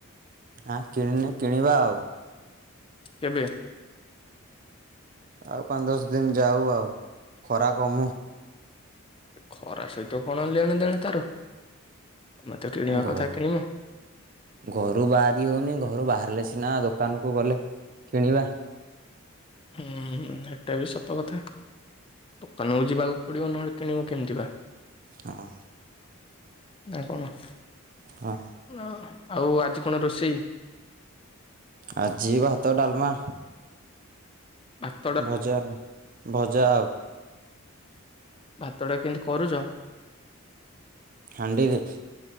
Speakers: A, on the right; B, on the left.
A: ଆ କିଣିନି କିଣିବା ଆଉ
B: କେବେ?
A: ଆଉ ପାଞ୍ଚ, ଦଶ ଦିନ ଯାଉ ଆଉ। ଖରା କମୁ।
B: ଖରା ସହିତ କଣ ଲେଣେ ଦେଣେ ତାର। ତମେ ତ କିଣିବା
A: ଘରୁ
B: କଥା କିଣିବ।
A: ଘରୁ ବାହାରି ହଉନି। ଘରୁ ବାହାରିଲେ ସିନା ଦୋକାନକୁ ଗଲେ କିଣିବା।
B: ହୁଁ ହେଟା ବି ସତ କଥା। ଦୋକାନକୁ ଯିବାକୁ ପଡ଼ିବ। ନହେଲେ କିଣିବୁ କେମିତି ବା।
A: ହଁ।
B: ନା କଣ?
A: ହଁ।
B: ଓ ଆଉ ଆଜି କଣ ରୋଷେଇ?
A: ଆଜି ଭାତ, ଡାଲମା।
B: ବାସ୍
A: ଭଜା, ଭଜା ଆଉ।
B: ଭାତଟା କେମିତି କରୁଛ?
A: ହାଣ୍ଡିରେ।